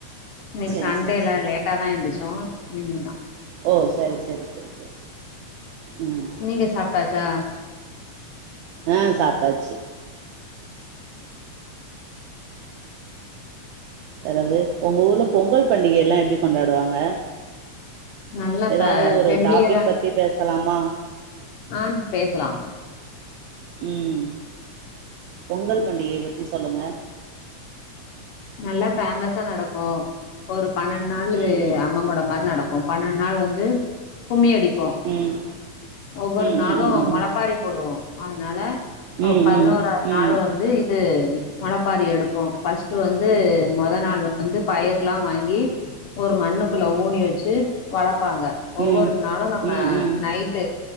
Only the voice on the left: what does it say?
இன்னைக்
சண்டேல
லேட்டாதா
எந்துர்ச்சோ இனிமேதா
நீங்க சாப்ட்டாச்சா
நல்லா
ஃபெ
ஃபெமிலியரா
ஆ பேசலா
நல்லா ஃபேமஸா நடக்கு ஒரு பன்னெண் நாள்ளு
அம்ம குட மாரி நடக் கு பன்னெண் நாள் வந்து கும்மி அடிப்போ
ஒவ்வொரு
நாளு
மொளப்பாரி போடுவோ அதனால
பதினோராவது
நாள் வந்து து மொளப்பாரி எடுப்போ பஸ் டு வந்து மொத நாள் வந்து பயர்லா வாங்கி ஒரு மண்ணுக்குள்ள
ஊனி வச்சு வளப்பாங்க
ஒவ்வொரு நாளு நம்ம
night to